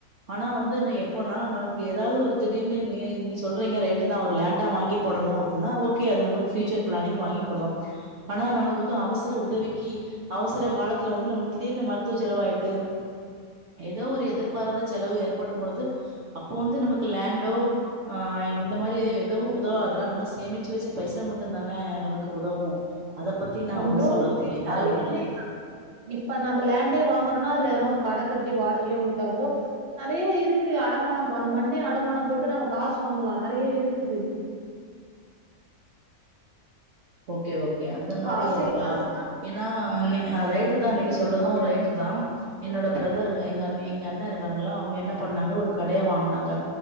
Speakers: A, on the right; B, on the right.
A: ஆனா வந்து நா எப்போனா நம்மளுக்கு ஏதாவது ஒரு திடீர்னு நீயா எது நீ சொல்றீங்க ரைட்டு தா ஒரு லேண்டா வாங்கி போடனு அப்பினா ஓகே அது நம்மள்க்கு பியூச்சர் பிளானிங் வாங்கி போடுறோ ஆனா நம்மளுக்கு வந்து அவசர உதவிக்கி அவசர காலத்துல வந்து நம்மளுக் திடீர்னு மருத்துவ செலவாயிட்டு ஏதோ ஒரு எதிர்பாராத செலவு ஏற்படும் பொழுது அப்போ வந்து நமக்கு லேண்டோ ஆ இந்த மாரி எதுவு உதவாது அதெல்லா நம்ம சேமிச்சி வச்ச பைசா மட்டு தான நம்மளுக்கு உதவு அத பத்தி நா உங்களுக்கு
B: உதோ
A: சொல்ற தோழி வேற
B: அது
A: ஒண்ணு
B: எப்டி
A: இல்ல
B: இப்ப நம்ம லேண்டே வாங்கோறோனா அதுல ஏதுனா ஒரு கட கட்டி வாடகையா வுட்டா கூடோ நெறைய இருக்கு அடமானோ அந்த மண்ணே அடமான போட்டு நம்ம காசு வாங்கலா நெறைய இருக்குது
A: ஓகே ஓகே அந்த மாரி
B: காசு
A: இருக்கா
B: சேவ் பண்றதுன்னா
A: ஏனா ரைட்டு நீ அ ரைட்டு தா
B: அப்டி
A: நீங்க சொல்றது
B: அப்டியே
A: ரைட்டு தாம் என்னோட பிரதர் எங்க அண் எங்க அண்ணா இருக்காங்களா அவுங்க என்ன பண்ணாங்க ஒரு கடைய வாங்குனாங்க